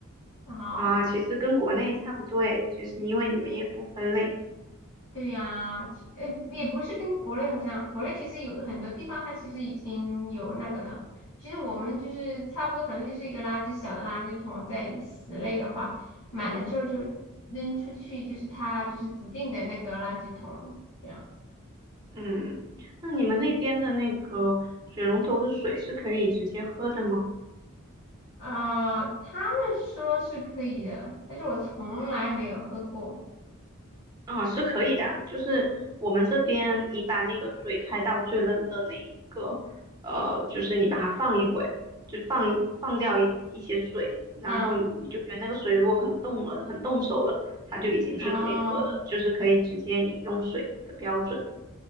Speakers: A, on the left; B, on the right.
A: 然后。
B: 啊，其实跟国内差不多诶，就是因为你们也不分类。
A: 对呀，其呃，也不是跟国内好像，国内其实有很多地方它其实已经有那个了。其实我们就是差不多，反正就是一个垃圾小的垃圾桶，在室内的话，满了之后就扔出去，就是它就是指定的那个垃圾桶这样。
B: 嗯，那你们那边的那个水龙头的水是可以直接喝的吗？
A: 啊、他们说是可以的，但是我从来没有喝过。
B: 嗯，是可以的啊，就是我们这边你把那个水开到最冷的那一个，呃，就是你把它放一会，就放一放掉一一些水，然后你就觉得那个水如果很冻了，
A: 嗯，
B: 很冻手了，它就已经是可以喝的，
A: 哦
B: 就是可以直接饮用水的标准。